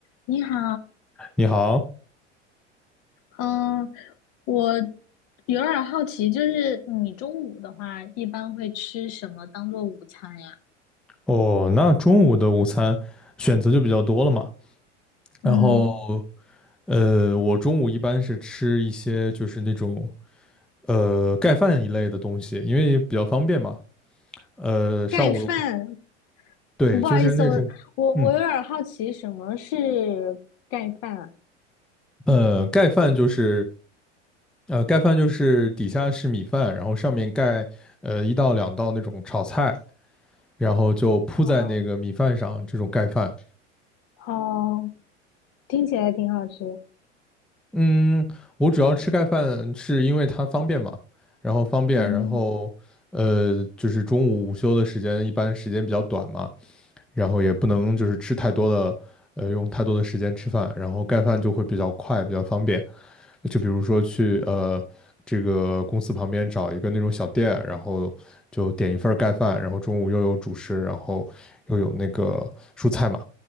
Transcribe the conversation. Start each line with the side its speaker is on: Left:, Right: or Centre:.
Left: 你好，
Centre: 你好，
Left: 嗯，我有点儿好奇，就是你中午的话，一般会吃什么当做午餐呀？
Centre: 哦，那中午的午餐选择就比较多了嘛。然后，
Left: 嗯，
Centre: 呃，我中午一般是吃一些就是那种呃盖饭一类的东西，因为比较方便嘛。呃，
Left: 盖饭，
Centre: 上午的工对，
Left: 不好意思，
Centre: 就是那种，
Left: 我我我有点儿好奇，
Centre: 嗯，
Left: 什么是盖饭啊？
Centre: 呃，盖饭就是呃盖饭就是底下是米饭，然后上面盖呃一到两道那种炒菜，然后就铺在那个米饭上，
Left: 哦
Centre: 这种盖饭。
Left: 哦，听起来挺好吃。
Centre: 嗯，我主要吃盖饭是因为它方便嘛，然后方便，
Left: 嗯
Centre: 然后呃，就是中午午休的时间一般时间比较短嘛，然后也不能就是吃太多的，呃，用太多的时间吃饭，然后盖饭就会比较快，比较方便。就比如说去呃这个公司旁边找一个那种小店，然后就点一份儿盖饭，然后中午又有主食，然后又有那个蔬菜嘛，